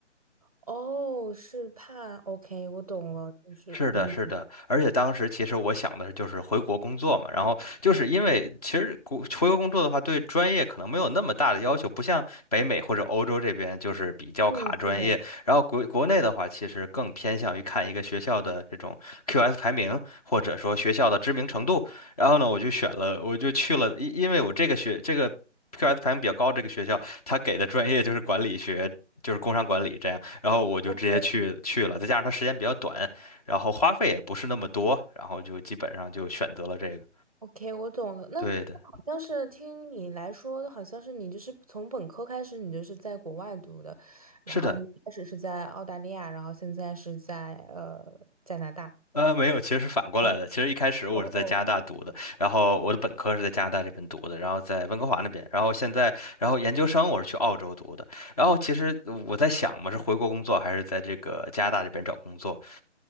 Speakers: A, on the right; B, on the left.
A: 哦，是怕，OK，我懂了，就是，
B: 是的，
A: 嗯
B: 是的，而且当时其实我想的是就是回国工作嘛，然后就是因为其实国回国工作的话，对专业可能没有那么大的要求，不像北美或者欧洲这边就是比较卡专业，
A: 嗯，是的
B: 然后国国内的话，其实更偏向于看一个学校的这种 QS 排名，或者说学校的知名程度，然后呢，我就选了，我就去了，因因为我这个学这个 QS 排名比较高这个学校，它给的专业就是管理学。就是工商管理这样，然后我就直接去去了，
A: ，OK。
B: 再加上它时间比较短，然后花费也不是那么多，然后就基本上就选择了这个。
A: OK，我懂了。那那好像是听你来说，
B: 对的，
A: 好像是你就是从本科开始，你就是在国外读的，然后你一开始是在澳大利亚，
B: 是的，
A: 然后现在是在呃加拿大。
B: 呃，没有，其实是反过来的。
A: 嗯，
B: 其实一开始我是在加拿大读的，
A: 哦哦。
B: 然后我的本科是在加拿大这边读的，然后在温哥华那边，然后现在，然后研究生我是去澳洲读的。然后其实我在想嘛，是回国工作还是在这个加拿大这边找工作？